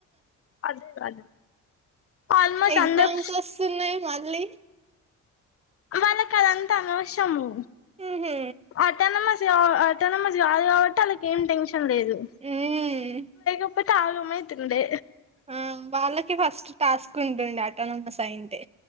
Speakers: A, on the left (about 50°); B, on the right (about 20°).
A: అదే కదా ఆల్మోస్ట్
B: ఎగ్జామ్స్
A: అందరూ
B: వస్తున్నాయి మళ్ళీ
A: వాళ్లకు అదంతా అనవసరము
B: ఉహు,
A: అట్టానమస్ అటానమస్ కాదు కాబట్టి వాళ్లకేం టెన్షన్ లేదు
B: ఉమ్,
A: ఇప్పటికీ ఆగం అవుతుంది
B: ఆ వాళ్ళకిే ఫస్ట్ టాస్క్ ఉంటుంది అటోనమస్ అయ్యి ఉంటే